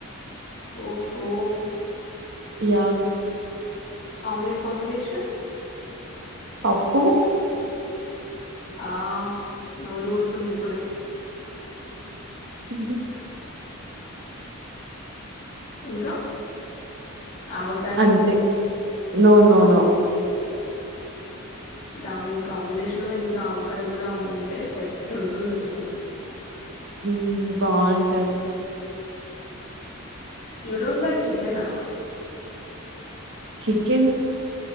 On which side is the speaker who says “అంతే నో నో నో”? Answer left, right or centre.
Right